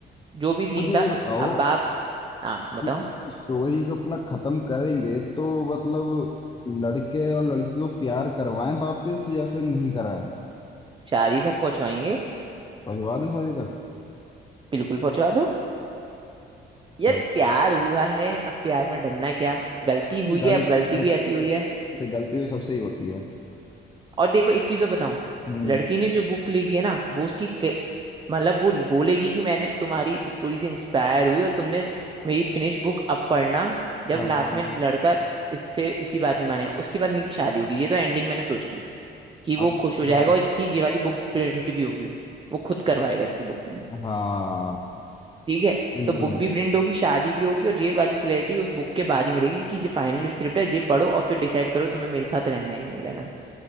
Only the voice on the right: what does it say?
जो भी सीन
था
अब बाप हाँ बताओ
शादी तक पहुंचवाएंगे
बिल्कुल पहुंचवा दो ये
प्यार हुआ है अब प्यार में डरना क्या गलती हुई
है अब गलती
भी ऐसी हुई है
और देखो एक चीज और बताऊं
लड़की ने जो बुक लिखी है ना वो उसकी के- मतलब वो बोलेगी कि मैंने तुम्हारी स्टोरी से इंस्पायर हुई और तुमने मेरी फिनिश बुक अब पढ़ना जब
लास्ट
में लड़का इससे इसकी बात नहीं मानेगा उसके बाद इनकी शादी होगी ये तो एंडिंग मैंने सोच ली कि वो
खुश हो जाएगा और इसकी ये वाली बुक प्रिंट भी होगी वो खुद करवाएगा इसकी बुक प्रिंट
ठीक है
तो बुक भी
प्रिंट होगी शादी भी होगी और ये वाली क्लैरिटी उस बुक के बाद ही मिलेगी कि ये फाइनल स्क्रिप्ट है ये पढ़ो और फिर डिसाइड करो तुम्हें मेरे साथ रहना है या नहीं रहना